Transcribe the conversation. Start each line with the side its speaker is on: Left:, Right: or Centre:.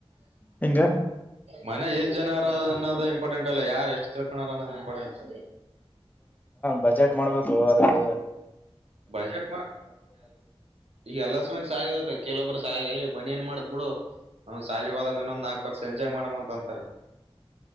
Left: ಹೆಂಗ
Right: ಮನೆ ಏಷ್ ಜನರ ಅನ್ನದೆ ಇ ಇಂಪಾರ್ಟೆಂಟ್ ಅಲ್ಲ ಯರ್ ಎಷ್ಟು ತಿಳ್ಕೋಡರೆ ಅನ್ನೋದೆ ಇಂಪಾರ್ಟೆಂಟು.
Left: ಬಜೆಟ್ ಮಾಡ್ಬೇಕು ಅದಕ್ಕ.
Right: ಬಜೆಟ್ ಮ ಈಗ ಎಲ್ಲ ಸಯೊದೆ ಕೆಲಒಬ್ರು ಸಯಾ ಎ ಮನಿ ಏನ್ ಮಾಡ್ತ್ - ಬಿಡು ಅವನ್ ಶಾಲಿ ಹೋದ ಇನ್ನೊಂದ್ ನಾಲ್ಕು ವರ್ಷ ಎಂಜಾಯ್ ಮಾಡಮ ಅಂತ ಅಂತಾರೆ.